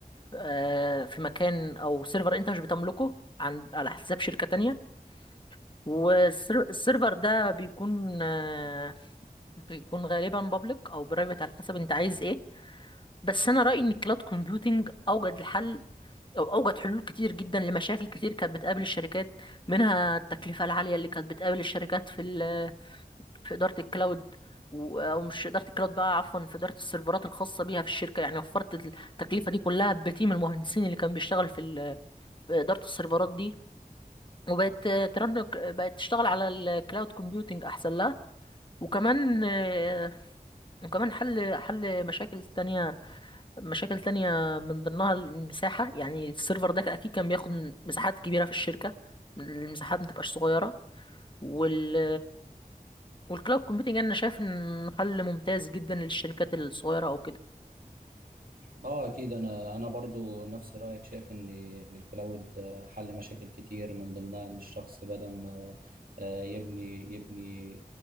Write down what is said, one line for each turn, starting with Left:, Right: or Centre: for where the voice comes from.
Left: آه، في مكان او سيرفر انت مش بتملكه عن على حساب شركه تانية والسيرفر ده بيكون آه، بيكون غالبا بابليك او برايفت على حسب انت عايز ايه بس انا رايي ان الكلاود كومبيوتنج اوجد الحل أو- أوجد حلول كتير جدا لمشاكل كتير كانت بتقابل الشركات منها التكلفة العالية اللي كانت بتقابل الشركات في ال- في إدارة الكلاود و- أو مش إدارة الكلاود بقى عفوا في إدارة السيرفرات الخاصة بيها في الشركة يعني وفرت التكلفة دي كلها بتيم المهندسين اللي كان بيشتغل في ال- في إدارة السيرفرات دي وبقت ترن بقت تشتغل على الكلاود كومبيوتنج أحسن لها وكمان آه، وكمان حل حل مشاكل تانية مشاكل تانية من ضمنها المساحة يعني السيرفر ده أكيد كان بياخد مساحات كبيرة في الشركة المساحات متبقاش صغيرة وال والكلاود كومبيوتنج أنا شايف إن حل ممتاز جدا للشركات الصغيرة أو كده
Right: اه اكيد انا انا برضو نفس رايك شايف ان إن الكلاود آه، حل مشاكل كتير من ضمنها ان الشخص بدل ما آه، يبني يبني